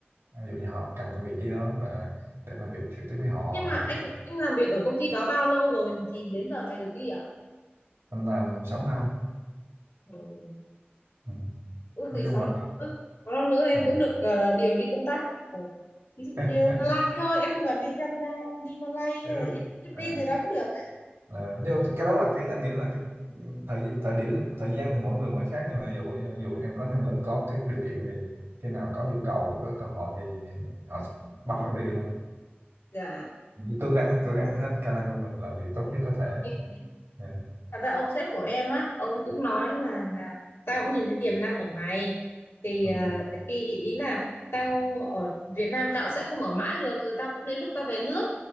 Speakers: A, on the right (about 80°); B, on the left (about 85°).
A: ví dụ như họ cần cái vị trí đó là để làm việc trực tiếp với họ
B: Nhưng
A: là
B: mà
A: việc
B: anh
A: trực
B: anh làm việc ở công ty đó bao lâu rồi thì đến giờ này được đi ạ?
A: mình làm sáu năm
B: Ừ.
A: ừ.
B: ước
A: nói
B: gì
A: chung
B: sáu
A: là
B: năm nữa sáu năm nữa em
A: ờ,
B: cũng được ờ, điều đi công tác ví dụ
A: <laughs>
B: như Malay thôi em không cần đi Canada em đi Malay hay
A: thế-
B: là đi Philippines
A: Ờ,
B: thì đó cũng được
A: ờ, nhưng mà cái đó là cái anh nghĩ là cái ừ, thời thời điểm thời gian thì mỗi người mỗi khác nhưng mà ví dụ ví dụ
B: dạ
A: em có năng lực có cái điều kiện thì khi nào có nhu cầu có cơ hội thì họ bắt em đi thôi
B: dạ. Ừ,
A: cứ cố gắng cố gắng hết khả năng của mình làm việc tốt
B: em
A: nhất
B: cũng
A: có thể
B: mong như thế
A: Dạ,
B: thật ra ông sếp của em á ông cũng nói là là tao cũng nhìn thấy tiềm năng ở mày thì à,
A: ừ,
B: khi ý ý là tao ở Việt Nam tao cũng sẽ không ở mãi được rồi tao cũng đến lúc tao về nước